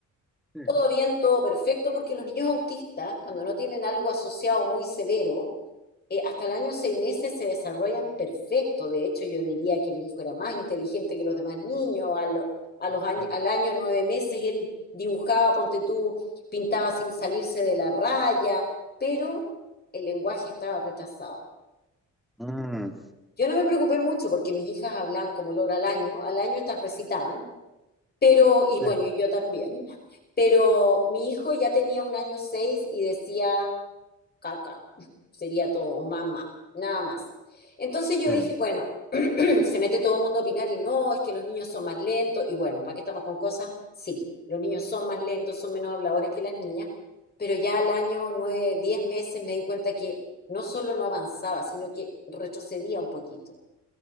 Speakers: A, in the centre; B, on the left.
A: Sí,
B: Todo bien, todo perfecto, porque los niños autistas, cuando no tienen algo asociado muy severo, eh, hasta el año seis meses se desarrollan perfecto. De hecho, yo diría que mi hijo era más inteligente que los demás niños. A lo- a
A: vaya,
B: los años,
A: vaya.
B: al año nueve meses él dibujaba, ponte tú, pintaba sin salirse de la raya, pero el lenguaje estaba retrasado.
A: Mm,
B: Yo no me preocupé mucho porque mis hijas hablaban como loro al año. Al año estas recitaban, pero, y bueno,
A: sí,
B: y yo también. <laughs> Pero mi hijo ya tenía un año seis y decía caca, sería todo, mamá, nada más. Entonces yo
A: sí,
B: dije, bueno, <clears throat> se mete todo el mundo a opinar y no, es que los niños son más lentos y bueno, ¿para qué estamos con cosas? Sí, los niños son más lentos, son menos habladores que las niñas, pero ya al año nueve, diez meses me di cuenta que no solo no avanzaba, sino que retrocedía un poquito.